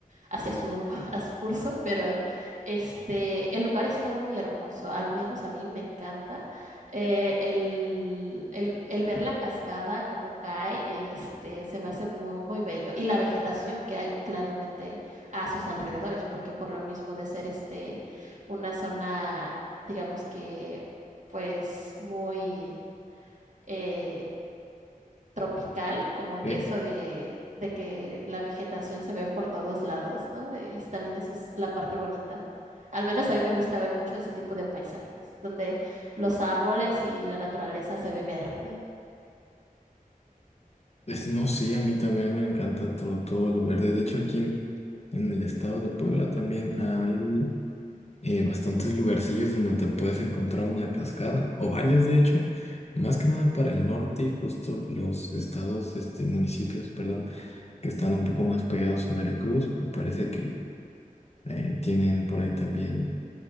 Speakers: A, on the right (about 55°); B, on the left (about 45°).
A: hacia su, <laughs> a su curso, pero este, el lugar está muy hermoso, al menos a mí me encanta. Eh, el, el- el ver la cascada como cae, este, se me hace muy, muy bello. Y la vegetación que hay claramente a sus alrededores, porque por lo mismo de ser este, una zona, digamos que, pues muy... eh, tropical, como que
B: eh,
A: eso de, de que la vegetación se ve por todos lados, ¿no? Y también eso es la parte bonita. Al menos a mí me gusta ver mucho ese tipo de paisajes, donde los árboles y la naturaleza se ve verde.
B: es, no, sí, a mí también me encanta todo, todo lo verde. De hecho, aquí en, en el estado de Puebla también hay eh, bastantes lugarcillos donde te puedes encontrar una cascada, o varias de hecho, más que nada para el norte y justo los estados, este, municipios, perdón, que están un poco más pegados a Veracruz, me parece que eh, tienen por ahí también